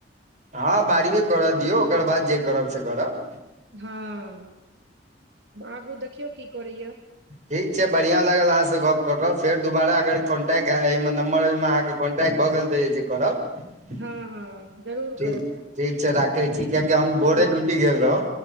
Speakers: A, on the right; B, on the right.
A: हँ बारहवीं कऽ दियौ, ओकर बाद जे करब से करब।
B: हँ आगू देखियौ की करैया
A: ठीक छै, बढ़ियाँ लागल आहाँ सँ गप कऽ। फेर दोबारा कन्टैक्ट हए एहि नम्बर मे आहाँ केँ। कन्टैक्ट भऽ गेल तऽ एतय करब।
B: हँ हँ जरूर
A: ठीक
B: करब ज
A: ठीक छै राखे छी कियाकि हम भोरे ड्यूटी गेल रहौ